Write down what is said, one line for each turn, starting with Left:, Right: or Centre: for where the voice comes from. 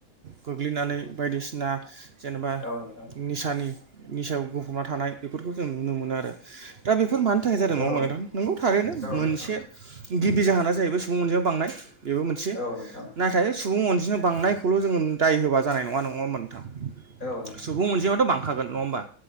Right: गोग्लैनानै बायदिसिना जेनेबा
Left: औ नोंथां औ नोंथां
Right: निसानि निसायाव गफबना थानाय बेफोरखौ जों नुनो मोनो आरो दा बेफो बेफोर मानि थाखाय जादों नङा
Left: औ
Right: होनबा नोंगौ थारैनो मोनसे
Left: नोंथां औ नोंथां
Right: गिबि जाहोना जाहैबाय सुबुं मोनजों बांनाय बेबो मोनसे
Left: औ नोंथां औ
Right: नाथाय सुबुं अनजिमा बांनायखौल' जोङो दाय होबा जानाय नङा नङा होमबा?
Left: नोंथां
Right: सुबुं अनजिमाया दं बांखागोन नङा होमबा?